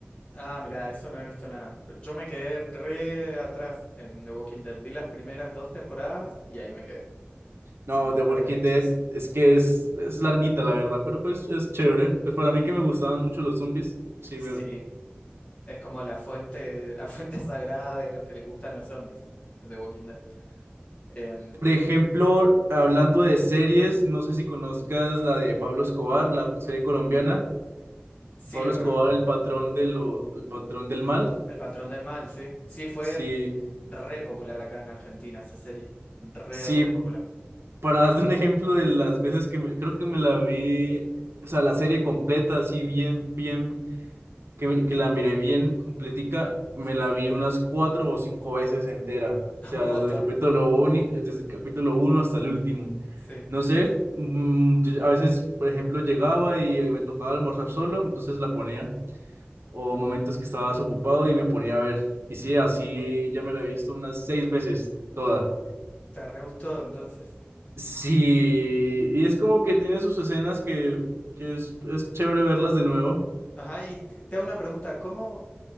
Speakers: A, on the left; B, on the right.
A: Ah, mira, eso no he visto nada. Pero Yo me quedé re atrás en The Walking Dead. Vi las primeras dos temporadas y ahí me quedé.
B: No,
A: Así que me
B: The
A: he perdido
B: Walking
A: muchísimo.
B: Dead es que es, es larguita, la verdad, pero pues es chévere. Pues para mí que me gustaban mucho los zombies, sí,
A: Sí,
B: me,
A: es como la fuente, la fuente <laughs> sagrada de los que les gustan los zombies, de Walking Dead. Em,
B: Por ejemplo, hablando
A: sí,
B: de series, no sé si conozcas la de Pablo Escobar, la serie colombiana.
A: sí
B: Pablo
A: la
B: Escobar,
A: conozco.
B: el patrón de lo, el patrón del mal.
A: El patrón del mal, sí. Sí, fue
B: Sí,
A: re popular acá en Argentina esa serie. Re,
B: sí,
A: re popular.
B: para darte un ejemplo de las veces que me, creo que me la vi, o sea, la serie completa, así bien, bien que, me- que la miré bien completica, me
A: Sí,
B: la vi unas cuatro o cinco veces entera.
A: <laughs>
B: O sea,
A: un montón.
B: desde el capítulo uno, desde el capítulo uno hasta el último.
A: Sí,
B: No sé, mm, yo- a veces, por ejemplo, llegaba y, y me tocaba almorzar solo, entonces la ponía. O momentos que estaba desocupado y me ponía a ver. Y sí, así ya me la he visto unas seis veces toda.
A: te re gustó entonces.
B: Sí, y es como que tiene sus escenas que, que es, es chévere verlas de nuevo.
A: Ajá, y te te hago una pregunta, ¿cómo,